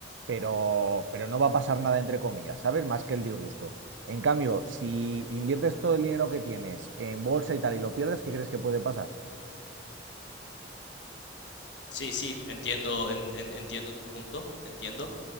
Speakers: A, on the right (about 85°); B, on the left (about 75°).
A: pero, pero no va a pasar nada, entre comillas, ¿sabes? Más que el disgusto. En cambio, si inviertes todo el dinero que tienes en bolsa y tal y lo pierdes, ¿qué crees que puede pasar?
B: Sí, sí, entiendo, en- en- entiendo tu punto, entiendo.